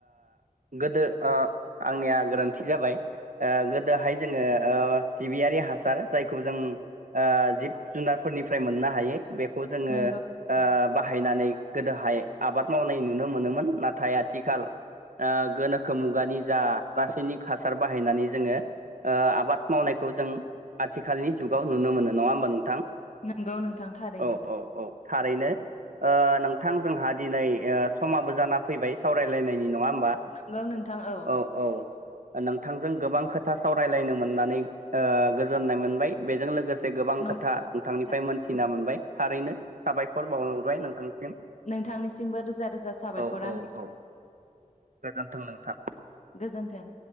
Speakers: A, on the right; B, on the left.
A: गोदो आंनिया गोरोन्थि जाबाय ओ गोदोहाय जोङो सिबियारि हासार जायखौ जों जिब जुनारफोरनिफ्राय मोननो हायो बेखौ जोङो
B: नंगौ नोंथां
A: बाहायनानै गोदोहाय आबाद मावनाय नुनो मोनोमोन नाथाय आथिखाल ओ गोनोखो मुगानि जा रासायनिक हासार बाहायनानै जोङो आबाद मावनायखौ जों आथिखालनि जुगाव नुनो मोनो नङा होमबा नोंथां
B: नंगौ नोंथां थारैनो
A: औ औ औ थारैनो नोंथां जोंहा दिनै समाबो जाना फैबाय सावरायलायनायनि नङा होमबा
B: नंगौ नोंथां औ
A: औ नोंथांजों गोबां खोथा सावरायलायनो मोननानै गोजोननाय मोनबाय बेजों लोगोसे गोबां
B: नोंथां
A: खोथा नोंथांनिफ्राय मोनथिना मोनबाय थारैनो साबायखर बावहरबाय नोंथांसिम
B: नोंथांनिसिमबो रोजा रोजा साबायखर
A: औ औ
B: आंनि
A: औ गोजोन्थों नोंथां
B: गोजोन्थों